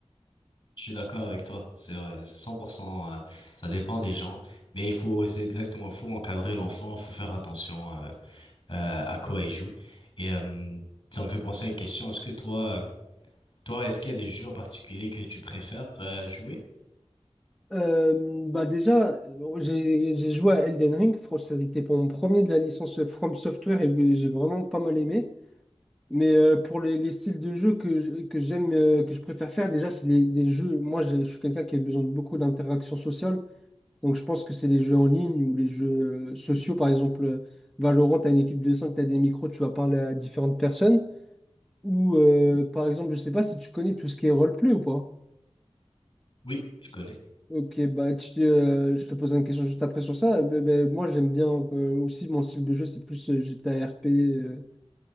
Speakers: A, on the left (about 45°); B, in the centre.
A: Je suis d'accord avec toi. C'est vrai, c'est 100%. euh, ça dépend des gens, mais il faut, c'est exactement, faut encadrer l'enfant, faut faire attention. euh, euh, à quoi ils jouent. Et euh, ça me fait penser à une question. Est-ce que toi, euh, toi, est-ce qu'il y a des jeux en particulier que tu préfères euh, jouer?
B: Euh, bah déjà, j'ai j'ai joué à Elden Ring. Franchement, ça a été pour mon premier de la licence From Software et j'ai vraiment pas mal aimé. Mais euh, pour les, les styles de jeu que, je- que j'aime, euh, que je préfère faire, déjà, c'est les, les jeux. Moi, je, je suis quelqu'un qui a besoin de beaucoup d'interactions sociales. Donc, je pense que c'est les jeux en ligne ou les jeux euh, sociaux. Par exemple, euh, Valorant, t'as une équipe de cinq t'as des micros, tu vas parler à différentes personnes. Ou, euh, par exemple, je sais pas si tu connais tout ce qui est roleplay ou pas.
A: Oui, je connais.
B: Ok, bah tu- euh, je te pose une question juste après sur ça. Ben, ben, moi, j'aime bien euh, aussi mon style de jeu, c'est plus euh, GTA RP, euh,